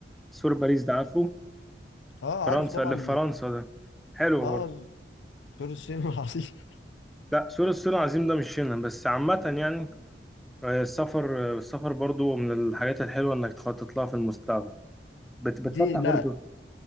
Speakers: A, in the centre; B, on the left.
A: سور باريس ده عارفه
B: اه
A: فرنسا
B: عارف طبعا
A: اللي في فرنسا ده حلو
B: اه
A: برضو
B: سور الصين والعصير
A: لا سور الصين العظيم ده مش هنا بس عامه يعني آه، السفر آه، السفر برضو من الحاجات الحلوه انك تخطط لها في المستقبل بت- بتفتح
B: <laughs> دي لا
A: برضو